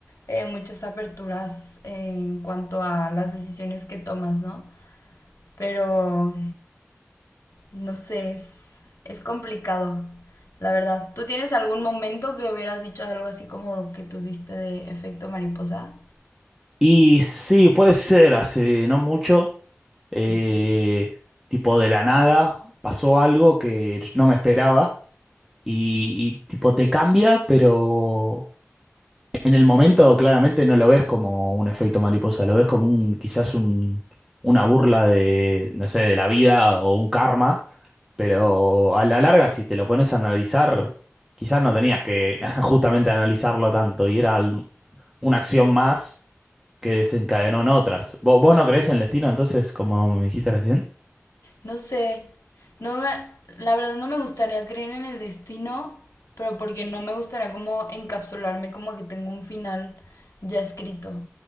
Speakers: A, on the left; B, in the centre.
A: eh, muchas aperturas en cuanto a las decisiones que tomas, ¿no? Pero, no sé, es, es complicado, la verdad. ¿Tú tienes algún momento que hubieras dicho algo así como que tuviste de efecto mariposa?
B: Y sí, puede ser, hace no mucho, eh, tipo de la nada, pasó algo que no me esperaba y, y tipo te cambia, pero... En el momento claramente no lo ves como un efecto mariposa, lo ves como un quizás un, una burla de, no sé, de la vida o un karma, pero a la larga si te lo pones a analizar, quizás no tenías que <laughs> justamente analizarlo tanto y era al- una acción más que desencadenó en otras. ¿Vos, vos no creés en el destino entonces, como me dijiste recién?
A: No sé, no me, la verdad no me gustaría creer en el destino, pero porque no me gustaría como encapsularme como que tengo un final ya escrito.